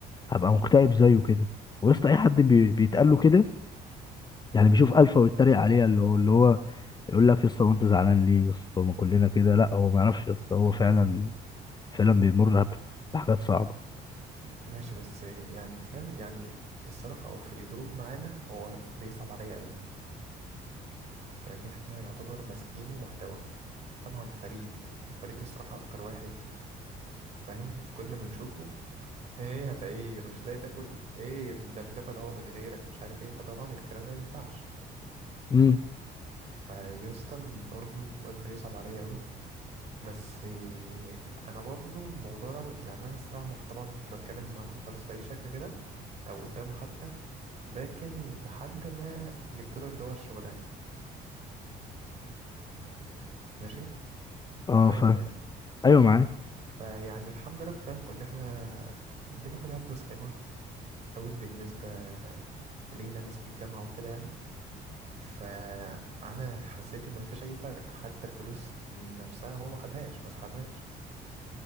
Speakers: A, on the left; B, on the right.
A: هبقى مكتئب زيه كده ويا اسطى اي حد بي... بيتقال له كده يعني بيشوف الفا ويتريق عليه اللي هو اللي هو يقول لك يا اسطى وانت زعلان ليه يا اسطى ما كلنا كده لا هو ما يعرفش يا اسطى هو فعلا فعلا بيمر بحاجات صعبه
B: ماشي بس يعني فاهم يعني الصراحة أو في الجروب معانا هو بيصعب عليا قوي يعني احنا يعتبر ماسكينه محتوى طبعا فريد فريد الصراحة أكتر واحد فاهم كل ما يشوفه ايه يا فقير مش لاقي تاكل ايه ده بناكل هو من غيرك مش عارف ايه فطبعا الكلام ده ما ينفعش
A: امم
B: فيسطل برضو الواد بيصعب عليا قوي بس إيه، انا برضو الموضوع ده يعني انا الصراحة ما كنت- طبعا ما كنتش بتكلم عنه خالص بأي شكل كده او قدامه حتى لكن لحد ما جبت له اللي هو الشغلانة ماشي
A: اه
B: معايا ولا
A: فاهم
B: ايه
A: ايوه معاك
B: فيعني الحمد لله فاهم كنا احنا بناخد يعني فلوس حلوة قوي بالنسبة لينا ناس في الجامعة وكده يعني فأنا حسيت إن مفيش أي فرق حتى الفلوس نفسها هو ما خدهاش ما سحبهاش